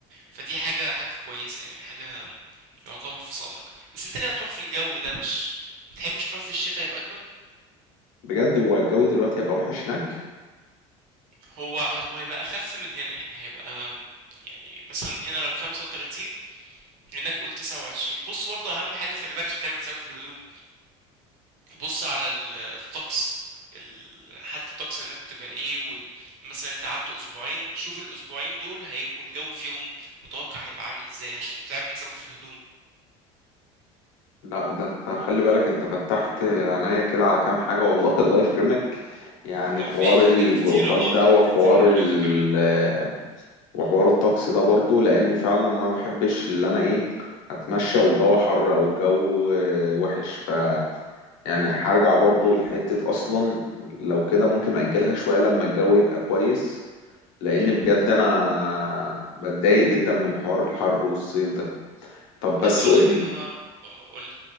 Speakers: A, on the right (about 70°); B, on the left (about 85°).
A: فدي حاجة حاجة كويسة يعني حاجة يعتبر في صالحك بس انت ليه هتروح في الجو ده مش متحبش تروح في الشتاء يبقى اجمل
B: بجد هو الجو دلوقتي هيبقى وحش هناك
A: هو هو هيبقى اخف من هنا يعني هيبقى يعني مثلا هنا لو 35 هناك قول 29 بص برضه اهم حاجة خلي بالك عشان تعمل حسابك في الهدوم بص على ال- الطقس ال- حالة الطقس هناك بتبقى ايه وال... مثلا انت قعدت اسبوعين شوف الاسبوعين دول هيبقوا الجو فيهم متوقع هيبقى عامل ازاي عشان تعمل حسابك في الهدوم
B: لا ده انت خلي بالك انت فتحت عينيا كده على كام حاجة والله <laughs> الله يكرمك يعني
A: ما هو
B: حوار
A: في في
B: الجروبات
A: حاجات كتيرة اه
B: ده
A: في حاجات
B: وحوار
A: كتير مقرفة
B: ال
A: كمان
B: وحوار الطقس ده برضو لأن فعلا أنا ما بحبش اللي أنا إيه أتمشى والجو حر أو الجو آه، وحش ف يعني هرجع برضو
A: مم.
B: لحتة أصلا لو كده ممكن أجلها شوية لما الجو يبقى كويس لان
A: مم.
B: بجد انا بتضايق جدا من حوار الحر والصيف ده طب بس
A: عايز اقول
B: قول
A: لك
B: لي
A: ان انا قولي